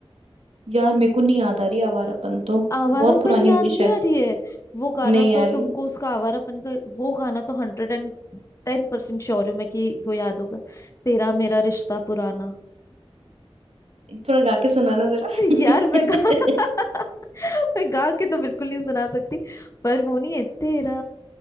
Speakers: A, on the right; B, on the left.
A: यार मेरे को नहीं याद आ रही आवारापन तो
B: आवारापन
A: बहुत पुरानी
B: याद
A: होगी शायद
B: नहीं आ रही है वो गाना
A: नहीं यार
B: तो तुमको उसका आवारापन का वो गाना तो हंड्रेड एंड टेन परसेंट श्योर हूँ मैं कि वो याद होगा तेरा मेरा रिश्ता पुराना
A: थोड़ा गा के सुनाना जरा <laughs>
B: यार मैं गा <laughs> मैं गा के तो बिल्कुल नहीं सुना सकती पर वो नहीं है तेरा